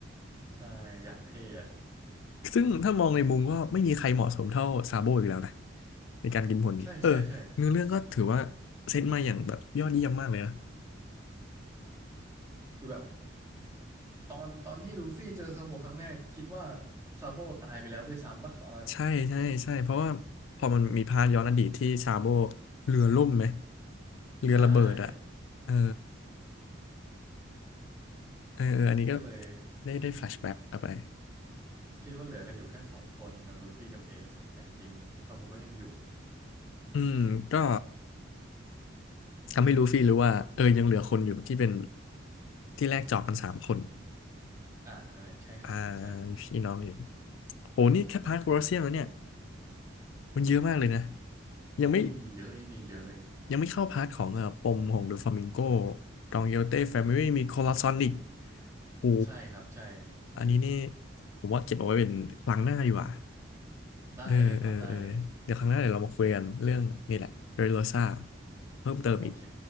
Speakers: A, on the right; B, on the left.
A: ใช่อย่างเท่อะ
B: ซึ่งถ้ามองในมุมก็ไม่มีใครเหมาะสมเท่าซาโบอีกแล้วนะในการกินผลนี้เออเนื้อเรื่องก็ถือว่า
A: ใช่ใช่ใช่
B: เซตมาอย่างแบบยอดเยี่ยมมากเลยนะ
A: คือแบบตอนตอนที่ลูฟี่เจอซาโบครั้งแรกคิดว่าซาโบตายไปแล้วด้วยซ้ำปะตอนนั้น
B: ใช่ใช่ใช่เพราะว่าพอมันมีพาร์ทย้อนอดีตที่ซาโบเรือล่มไหมเรือระเบิดอะ
A: ใช่
B: เออ เออออันนี้ก็
A: ก็เลย
B: ได้ได้แฟลชแบ็กกลับไป
A: คิดว่าเหลือกันอยู่แค่สองคนกับลูฟี่กับเอสแต่จริงๆซาโบก็ยังอยู่
B: อืมก็ทำให้ลูฟี่รู้ว่าเออยังเหลือคนอยู่ที่เป็นที่แรกจอกกันสามคน
A: อ่าอ่าใช่ครับใช่
B: อ่ามีพี่น้องอยู่โหนี่แค่พาร์ทโคลอสเซียมแล้วเนี่ยมันเยอะมากเลยนะ ยังไม่
A: ยังมีอีกเยอะยังมีอีกเยอะเลย
B: ยังไม่เข้าพาร์ทของเอ่อปมของเดอะฟลามิงโกดองเยลเต้แฟมิลี่มีโคลอสซอนอีกโห
A: ใช่ครับใช่
B: อันนี้นี่ผมว่าเก็บเอาไว้เป็นครั้งหน้าดีกว่า
A: ได้เลยครับได้เลย
B: เออเออเออ เดี๋ยวครั้งหน้าเดี๋ยวเรามาคุยกันเรื่องนี่แหละเรโรซ่าเพิ่มเติมอีก
A: โอเค